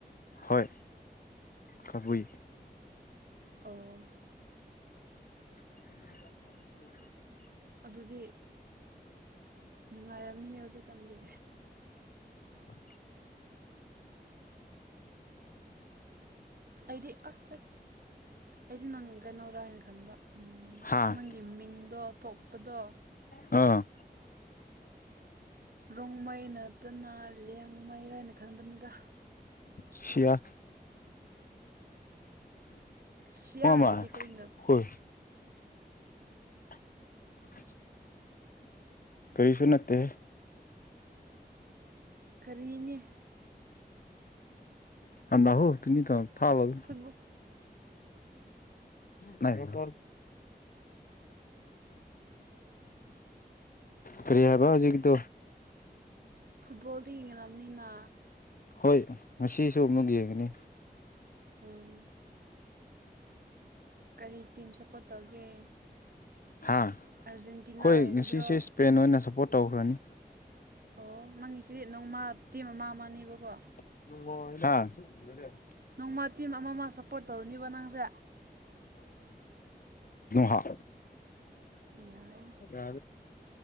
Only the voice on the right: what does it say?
ꯑꯣ
ꯑꯗꯨꯗꯤ ꯅꯨꯡꯉꯥꯏꯔꯝꯅꯤꯍ ꯍꯧꯖꯤꯛꯀꯥꯟꯗꯤ
ꯑꯩꯗꯤ ꯑꯁ ꯑꯩꯗꯤ ꯅꯪ ꯀꯩꯅꯣꯔꯥ ꯍꯥꯏꯅ ꯈꯟꯕ
ꯅꯪꯒꯤ ꯃꯤꯡꯗꯣ ꯊꯣꯛꯄꯗꯣ
ꯔꯣꯡꯃꯩ ꯅꯠꯇꯅ ꯂꯦꯡꯃꯩꯔꯅ ꯈꯟꯕꯅꯤꯗ
ꯁꯌꯥ
ꯍꯥꯏꯗꯤ ꯀꯩꯅꯩꯅ
ꯀꯔꯤꯅꯦ
ꯐꯨꯠꯕꯣꯜ
ꯐꯨꯠꯕꯣꯜꯗꯤ ꯌꯦꯡꯅꯕꯅꯤꯅ
ꯎꯝ ꯀꯔꯤ ꯇꯤꯝ ꯁꯞꯄꯣꯔꯠ ꯇꯧꯒꯦ
ꯑꯥꯔꯖꯦꯟꯇꯤꯅꯥ
ꯑꯣꯏꯒꯗ꯭ꯔꯣ
ꯑꯣ ꯅꯪꯒꯤꯁꯤꯦ ꯅꯣꯡꯃꯇꯤ ꯃꯃꯥ ꯑꯃꯅꯦꯕꯀꯣ
ꯅꯣꯡꯃ ꯇꯤꯝ ꯑꯃꯃ ꯁꯞꯄꯣꯔꯠ ꯇꯧꯔꯅꯤꯕ ꯅꯪꯁꯦ
ꯌꯥꯏ